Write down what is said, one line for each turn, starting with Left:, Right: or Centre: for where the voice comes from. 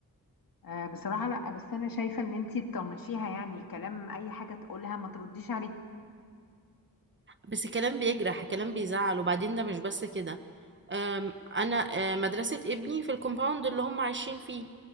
Left: آه بصراحه لا بس انا شايفه ان انتي تطنشيها يعني كلام اي حاجه تقولها ما ترديش عليه
Right: بس كلام بيجرح كلام بيزعل وبعدين ده مش بس كده أم، انا أه، مدرسة ابني في الكومباوند اللي هم عايشين فيه